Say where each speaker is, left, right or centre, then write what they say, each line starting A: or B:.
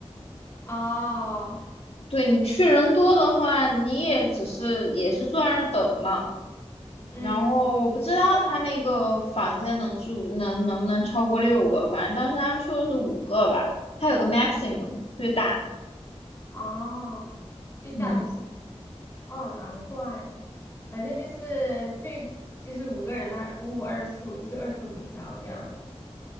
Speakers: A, on the left; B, on the left.
A: 哦，
B: 对你去人多的话，你也只是也是坐在那儿等嘛。
A: 嗯，
B: 然后我不知道他那个房间能住能能不能超过六个，
A: 对，
B: 反正当时他们说的是五个吧，他有个 maximum 最大，
A: 哦，最大的是
B: 嗯。
A: 哦，难怪，反正就是最就是五个人的五五二四五就是二十五条这样子。